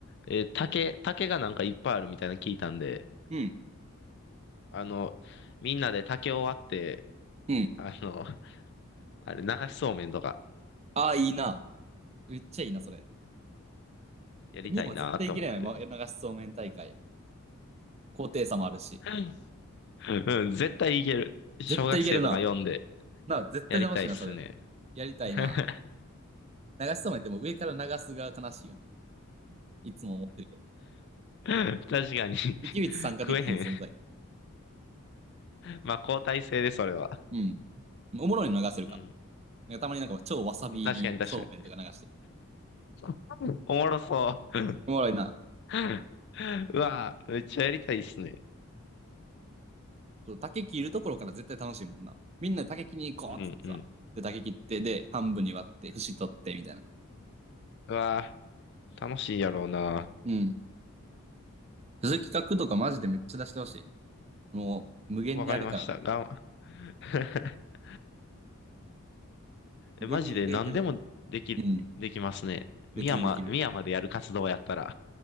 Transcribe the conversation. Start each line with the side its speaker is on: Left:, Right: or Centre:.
Left: えー竹、竹がなんかいっぱいあるみたいなの聞いたんで、
Right: うん。
Left: あの、みんなで竹を割って、
Right: うん。
Left: あの、<laughs> あれ、流しそうめんとか
Right: ああ、いいな。めっちゃいいな、それ。
Left: やりたいなと思って。
Right: ミヤも絶対いけるやん。ま流しそうめん大会。高低差もあるし。
Left: うん、うん絶対いける。小学生とか読んで
Right: 絶対いけるな。な、絶対楽しいな、
Left: やりたいっすね。
Right: それ。やりたいな。
Left: <laughs> 確
Right: 流しそうめんってもう上から流すが悲しいよな。いつも思ってるけど。
Left: かに
Right: 池口参加できひん存在。
Left: 食えへん。まあ、交代制で、それは。
Right: うん。おもろいの流せるか。
Left: うん。
Right: なんかたまになんか超わさび入りそうめんとか流してる。
Left: 確かに、確かに。<laughs> おもろそう。
Right: おもろいな。
Left: <laughs> うわぁ、めっちゃやりたいっすね。
Right: 竹切るところから絶対楽しいもんな。みんなで竹切りに行こうっつってさ。
Left: うん、うん。
Right: で、竹切って、で、半分に割って、節取って、みたいな。
Left: うわぁ。楽しいやろうな。
Right: うん。そういう企画とかマジでめっちゃ出してほしい。もう、無限にあるから、
Left: わかりました。がん <laughs>
Right: 無限にできるけど。
Left: え、マジで何でもでき、
Right: うん。
Left: できますね。深山、
Right: できるできる。
Left: 深山でやる活動やったら。